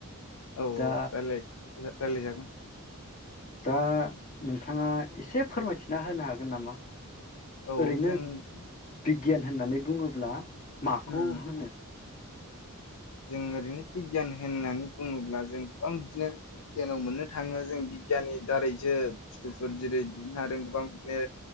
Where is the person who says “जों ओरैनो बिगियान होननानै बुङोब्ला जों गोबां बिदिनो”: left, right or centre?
Left